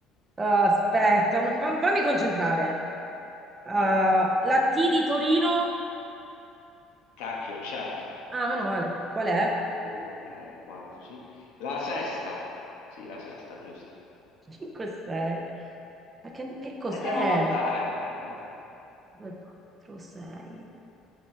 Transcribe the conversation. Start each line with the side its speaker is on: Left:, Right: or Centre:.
Right: Ah, aspetta,
Left: Eh,
Right: non- fa- fammi concentrare. Ah,
Left: eh,
Right: la T di Torino?
Left: cacchio, c'è.
Right: Ah, meno male. Qual è?
Left: Uno, due, tre, quattro, sì. La sesta. Sì, la sesta, giusto.
Right: <laughs> 5, 6. Ma che, che cos'è?
Left: E devo contare. Eh, eh.
Right: 2, 4, 6,